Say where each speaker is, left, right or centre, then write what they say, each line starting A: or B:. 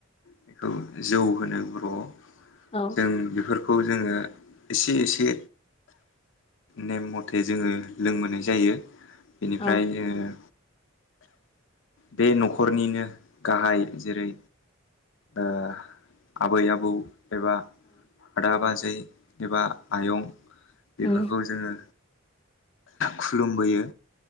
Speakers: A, on the left; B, on the left.
A: बेखौ जौ होनो बर'आव
B: औ
A: जों बेफोर खौ जोङो एसे एसे नेम मथे जोङो लोंबोनाय जायो बेनिफ्राय
B: औ
A: जोङो बे न'खरनिनो गाहाय जेरै ओ आबै आबौ एबा आदा बाजै एबा आयं बेफोरखौ
B: उम
A: जोङो खुलुमबोयो